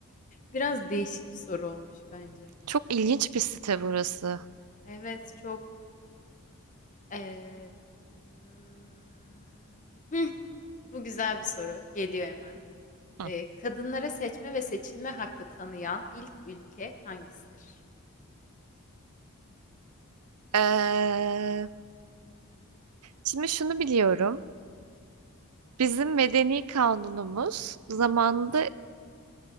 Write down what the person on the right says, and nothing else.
Çok ilginç bir site burası.
Hı.
Eee, şimdi şunu biliyorum. Bizim medeni kanunumuz zamanında